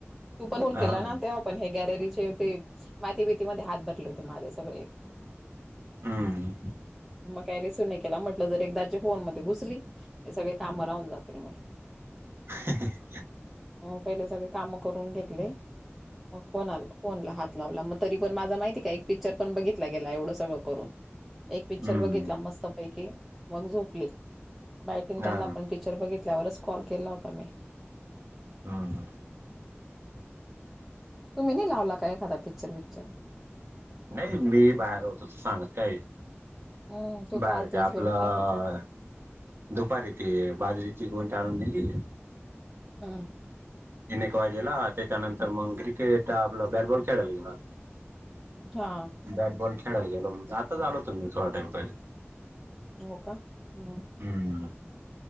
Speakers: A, in the centre; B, on the right.
A: तू पण होऊन
B: हा
A: केला ना तेव्हा पण हे गॅलरीचे ते माती भीतीमध्ये हात भरले होते माझे सगळे
B: हम्म
A: मग काही रिसिव्ह नाही केला म्हटलं जर एकदाच्या फोन मध्ये घुसली हे सगळे कामं राहून जातील म्हण
B: <inaudible>
A: हो पहिले सगळे काम करून घेतले फोला फोन ला हात लावला मग तरी पण माझ माहिती का एक पिकच्चर पण बघित गेला एवढं सगळं करून एक पिक्चर
B: हम्म
A: बघितला मस्त पैकी मग झोपली बायटीन त्यांना
B: हा
A: आपण पिक्चर बघितल्यावरच कॉल केला होता मी
B: हम
A: तुम्ही नाही लावला काय एखादा पिकच्चर बिकच्चर
B: नाही मी बाहेर होतो सांगत काय
A: हम्म तो
B: बाहेर
A: तर आज दिवसभर
B: ते आपलं
A: बाहेरच होता
B: दुपारी ते बाजरीची गों टा आणून दिली
A: हम
B: एनेक वाजेला त्याच्यानंतर मग क्रिकेट आपला बॅटबॉल खेळाला गेला
A: हा
B: बॅटॉ खेळायला गेलोग आल तुम् थोडाइम पहिले
A: होका ह
B: हम्म